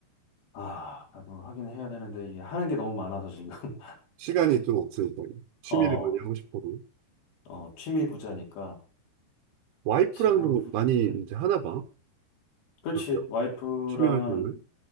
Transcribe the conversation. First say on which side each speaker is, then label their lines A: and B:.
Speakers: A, on the left (about 75°); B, on the right (about 75°).
A: 아, 나도 하긴 해야 되는데, 이게 하는 게 너무 많아서 지금, <laughs>
B: 시간이 좀 없으니까 취미를
A: 어,
B: 많이 하고 싶어도
A: 어, 취미 부자니까,
B: 와이프랑도
A: 지금,
B: 많이
A: 음,
B: 이제 하나 봐.
A: 그렇지.
B: 그런
A: 와이프랑은,
B: 취미 활동을.